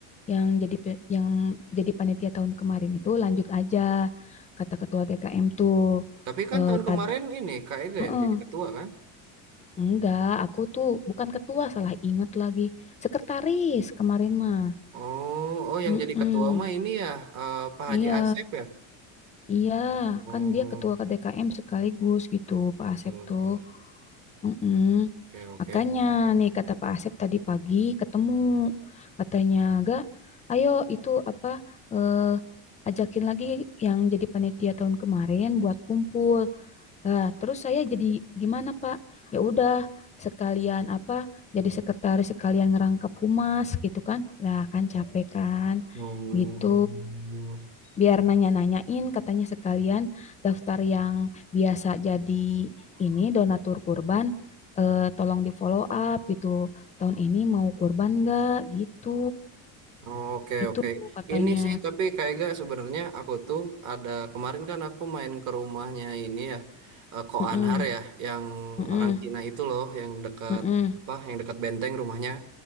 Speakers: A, on the left; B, on the right.
A: yang jadi pe- yang jadi panitia tahun kemarin itu lanjut aja kata ketua DKM tuh
B: tapi kan
A: eh,
B: tahun
A: tadi
B: kemarin ini Kak Ega
A: Heeh.
B: yang jadi ketua kan
A: enggak, aku tuh bukan ketua, salah ingat lagi. Sekretaris kemarin mah.
B: oh oh yang
A: Mm-mm.
B: jadi ketua mah ini ya eh, Pak Haji
A: Iya.
B: Asep ya
A: Iya,
B: oh
A: kan dia ketua KDKM sekaligus gitu, Pak
B: betul
A: Asep tuh.
B: betul
A: Mm-mm.
B: oke oke
A: Makanya nih kata Pak Asep tadi pagi ketemu, katanya Ga, ayo itu apa eh, ajakin lagi yang jadi panitia tahun kemarin buat kumpul. Lah, terus saya jadi gimana Pak? Ya udah sekalian apa jadi sekretaris sekalian ngerangkap humas gitu kan? Lah kan capek kan
B: Hmm.
A: gitu biar nanya-nanyain katanya sekalian daftar yang biasa jadi ini donatur kurban eh, tolong di follow up gitu tahun ini mau kurban nggak gitu
B: Oke,
A: itu
B: oke.
A: katanya
B: Ini sih tapi kayak gak sebenarnya aku tuh ada kemarin kan aku main ke rumahnya ini ya, eh, Ko
A: Mm-mm,
B: Anhar ya, yang
A: mm-mm,
B: orang Cina itu loh, yang dekat
A: mm-mm,
B: apa, yang dekat benteng rumahnya.